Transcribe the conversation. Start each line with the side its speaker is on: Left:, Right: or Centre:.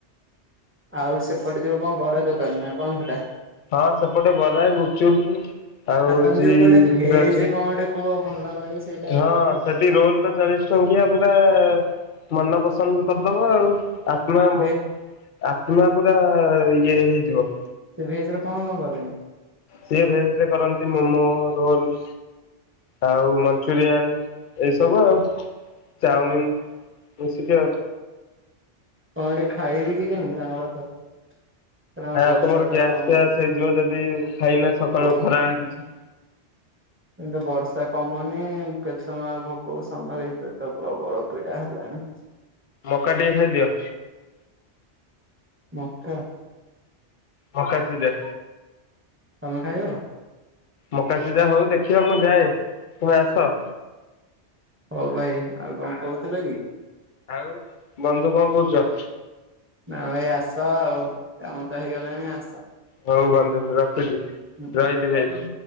Right: ଆଉ ସେପଟେ ଯୋଉ କଂ ବରା ଦୋକାନ ନା କଣ ସେଟା?
Left: ହଁ ସେପଟେ ବରା ଗୁପଚୁପ ଆଉ ହୋଉଚି
Right: ତମେ ଯୋଉ କୁଆଡେ
Left: ଏଥୁରା
Right: ଭେଜ
Left: ଅଛି
Right: କଣ ଗୋଟେ କୁହ ଭଲ
Left: ହଁ
Right: ମିଳେ ସେଇଟା
Left: ସେଠି
Right: ଭଲ?
Left: ସେଠି ରୋଲ ତ ଚାଳିସି ଟଙ୍କିଆ ପୁରା ମନ ପସନ୍ଦ କରିଦବ ଆଉ। ଆତ୍ମା ମୋ
Right: ଭେ
Left: ଆତ୍ମା ପୁରା ଇଏ ହେଇଯିବ।
Right: ସେ ଭେଜ ରେ କଣ କଣ କରେ?
Left: ସେ ଭେଜ ରେ କରନ୍ତି ମୋମୋ ରୋଲ ଆଉ ମଞ୍ଚୁରିଆନ ଏଇ ସବୁ ଆଉ। ଚାଉମିିନ ବେସିକ୍ ଆଉ।
Right: କଣ ଗୋଟେ ଖାଇବି କି ଯାଇଙ୍କି ତାଙ୍କ ପାଖରେ? କାରଣ
Left: ହାଁ
Right: ବର୍ଷା
Left: ତମର
Right: ତ
Left: ଗ୍ୟାସ
Right: କମ
Left: ଫ୍ୟାସ୍ ହେଇଯିବ ଯଦି ଖାଇନା ସକାଳୁ
Right: ବ
Left: ଖରାବେଳେ କିଛି।
Right: କିନ୍ତୁ ବର୍ଷା କମୁନି ମୁଁ କେତେ ସମୟ ଆଉ ଭୋକକୁ ସମ୍ଭାଳିବି ପେଟ ପ୍ରବଳ ପୀଡା ହେଲାଣି।
Left: ମକା ଟିକେ ଖାଇଦିଅ।
Right: ମକା।
Left: ମକା ସିଜା।
Right: ତମେ ଖାଇବ?
Left: ମକା ସିଜା ହଉ ଦେଖିଆ ମୁଁ ଯାଏ ତୁମେ ଆସ।
Right: ହୋଉ ଭାଇ ଆଉ କଂ କହୁଥିଲ କି?
Left: ଆଉ ବନ୍ଧୁ କଂ କହୁଚ?
Right: ନା ଭାଇ ଆସ ଆଉ କାମ ତ ହେଇଗଲାଣି ଆସ।
Left: ହୋଉ ବନ୍ଧୁ ରଖୁଚି
Right: ହୁଁ।
Left: ରହିଲି ଭାଇ।